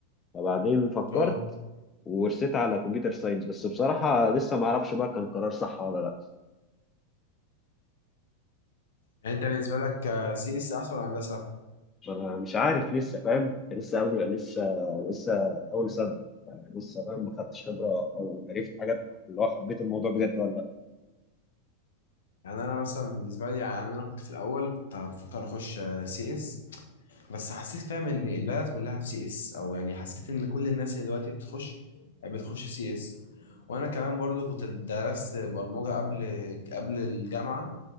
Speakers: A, on the left; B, on the left.
A: فبعدين فكرت
B: اه
A: ورسيت على كمبيوتر ساينس بس بصراحه لسه ما اعرفش بقى كان قرار صح ولا لا
B: يعني انت بالنسبه لك سي اس احسن ولا هندسه
A: ما أنا مش عارف لسه فاهم لسه أول لسه لسه أول سنة يعني لسه فاهم ما خدتش خبرة أو عرفت حاجات اللي هو حبيت الموضوع بجد ولا لأ
B: يعني انا مثلا بالنسبه لي يعني انا كنت في الاول كنت بفكر اخش سي اس بس حسيت فاهم ان البلد كلها في سي اس او يعني حسيت ان كل الناس اللي دلوقتي بتخش بتخش سي اس وانا كمان برضو كنت درست برمجه قبل قبل الجامعه